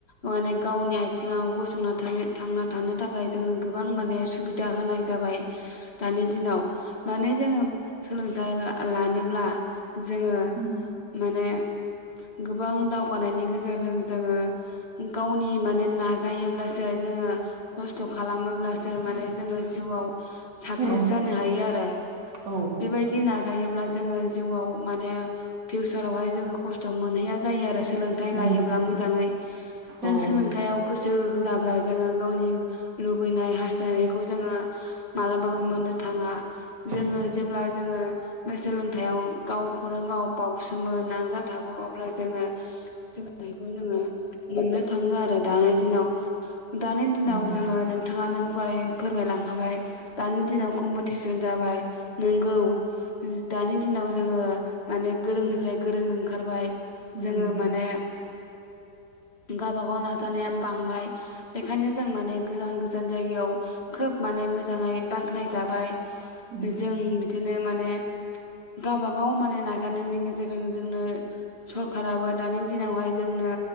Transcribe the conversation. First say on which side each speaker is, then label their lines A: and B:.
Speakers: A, on the left (about 35°); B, on the right (about 75°).
A: माने गावनि आथिङाव गसंना थानो थांना थानो थाखाय जोंनो गोबां माने सुबिदा होनाय जाबाय। दानि दिनाव माने जोङो सोलोंथाइ ला-लानो ब्ला जोङो
B: उम
A: माने गोबां दावगानायनि गेजेरजों जोङो गावनि माने नाजायोब्लासो जोङो खस्थ' खालामोब्लासो माने जोङो जिउआव साक्सेस
B: औ
A: जानो हायो आरो
B: औ
A: बेबायदि नाजायोब्ला जोङो जिउआव माने फिउसारावहाय जो थ' मोनहैया जायो आरो सोलोंथाइ
B: उम
A: लायोब्ला मोजाङै। जों
B: औ
A: सोलोंथाइयाव गो सो होआब्ला जोङो गावनि लुबैनाय हास्थायनायखौ जोङो मालाबाबो मोननो थाङा । जोङो
B: उम
A: जेब्ला जोङो बो सोलोंथाइयाव गावखौनो गाव बावसोमो नाजा थाबो अब्ला जोङो <unintelligible> जोङो <unintelligible> थाङो आरो दानि दिनाव दानि
B: उम
A: दिनाव जोङो नोंथाङानो गुवारै फोरमायलां खाबाय दानि दिनाव कम्पटिसन जाबाय । नोंगौ, दानि दिनाव जोङो माने गोरोंनिफ्राय गोरों ओं खारबाय
B: उम
A: जोङो माने गाबा गाव नाजानाया बांबाय बेखायनो जों माने गोजान गोजान जायगायाव खोब माने मोजाङै बाख्नाय जाबाय
B: उम
A: जों बिदिनो माने गावबा गाव माने ना नाजानायनि गेजेरजों जोंनो सरखाराबो दानि दिनावहाय जोंनो